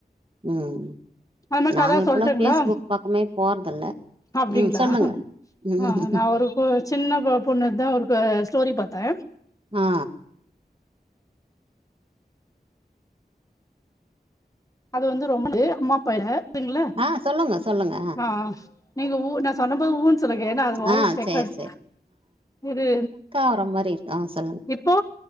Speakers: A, on the right; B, on the left.
A: ம்
B: அது மாரி
A: நாங்க
B: கத
A: இப்பலா
B: சொல்ட்டுங்களா
A: ஃபேஸ்புக் பக்கமே போறதில்ல
B: அப்டிங்களா
A: ம் சொல்லுங்க ம்
B: ஆ நா ஒரு சின்ன ப பொண்ணுதுதா ஒருக்கா ஸ்டோரி பாத்தே
A: ஆ ஆ
B: அது வந்து ரொம்ப <inaudible> அம்மா அப்பா ‌இல்ல <inaudible> ங்களா
A: ஆ சொல்லுங்க சொல்லுங்க
B: ஆ ஆ நீங்க ஊ நா சொன்னம்போது ஊன்னு சொல்லுங்க ஏனா அது வாய்ஸ்
A: ஆ
B: ரெக்காட்
A: சேரி
B: இது
A: ஆரம் மாரி இருக்கு ஆ சொல்லுங்
B: இப்போ